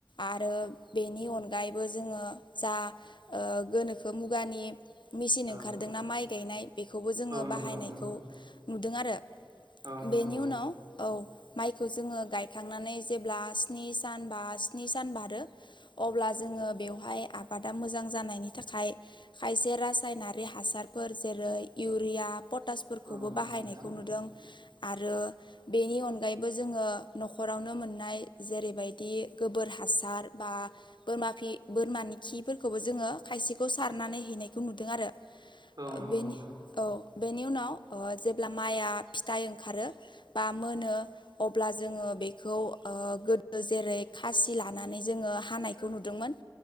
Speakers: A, on the left; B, on the right.
A: आरो बेनि अनगायैबो जोङो जा ओ गोनोखो मुगानि मेसिन
B: औ
A: ओंखारदोंना माइ गायनाय बेखौबो जोङो
B: नंगौ
A: बाहायनायखौ
B: नोंथां औ नंगौ नोंथां औ नंगौ नोंथां
A: नुदों आरो
B: औ नंगौ
A: बेनि
B: नोंथां
A: उनाव औ माइखौ जोङो गायखांनानै जेब्ला स्नि सान बा स्नि सान बारो अब्ला जोङो बेवहाय आबादा मोजां जानायनि थाखाय खायसे रासायनारि हासारफोर जेरै इउरिया पटाश फोरखौबो
B: औ नंगौ
A: बाहायनायखौ
B: नोंथां
A: नुदों आरो बेनि अनगायैबो जोङो न'खरावनो मोननाय जेरैबायदि गोबोर हासार बा बोरमाखि बोरमानि खिफोरखौबो जोङो खायसेखौ सारनानै हैनायखौ नुदों आरो
B: औ नंगौ
A: बेनि
B: नोंथां
A: औ बेनि उनाव ओ जेब्ला माइआ फिथाइ ओंखारो बा मोनो अब्ला जोङो बेखौ गोदो जेरै खासि लानानै जोङो हानायखौ नुदोंमोन।